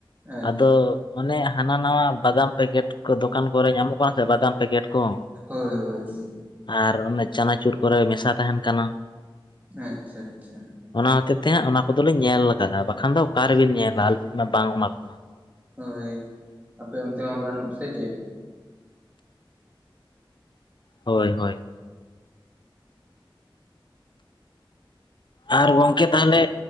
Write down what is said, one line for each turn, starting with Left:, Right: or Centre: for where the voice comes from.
Right: ᱟᱪᱪᱷᱟ
Left: ᱟᱫᱚ ᱚᱱᱮ ᱦᱟᱱᱟ-ᱱᱟᱣᱟ ᱵᱟᱫᱟᱢ ᱯᱮᱠᱮᱴ ᱠᱚ, ᱫᱚᱠᱟᱱ ᱠᱚᱨᱮ ᱧᱟᱢᱚᱜ ᱠᱟᱱᱟ ᱥᱮ ᱵᱟᱫᱟᱢ ᱯᱮᱠᱮᱴ ᱠᱚᱸ᱾
Right: ᱦᱳᱭ, ᱦᱳᱭ, ᱦᱳᱭ᱾
Left: ᱟᱨ ᱚᱱᱮ ᱪᱟᱱᱟᱪᱩᱨ ᱠᱚᱨᱮ ᱢᱮᱥᱟ ᱛᱟᱦᱮᱱ ᱠᱟᱱᱟ᱾
Right: ᱟᱼᱪᱪᱟ-ᱪᱟ᱾
Left: ᱚᱱᱟ ᱦᱚᱛᱮᱡ ᱛᱮ ᱦᱟᱸᱜ ᱚᱱᱟ ᱠᱚᱫᱚᱞᱤᱧ ᱧᱮᱞ ᱟᱠᱟᱜᱼᱟ ᱵᱟᱠᱷᱟᱱ ᱫᱚ ᱚᱠᱟ ᱨᱮᱵᱤᱱ ᱧᱮᱞᱟ ᱟᱞᱤᱧ ᱢᱟ ᱵᱟᱝ ᱚᱱᱟ ᱠᱚᱢᱟ᱾
Right: ᱦᱳᱭ, ᱟᱯᱮ ᱚᱱᱛᱮ ᱦᱚᱸ ᱵᱟᱹᱱᱩᱜ ᱥᱮ ᱪᱮᱜ?
Left: ᱦᱳᱭ-ᱦᱳᱭ᱾ ᱟᱨ ᱜᱚᱝᱠᱮ, ᱛᱟᱦᱞᱮ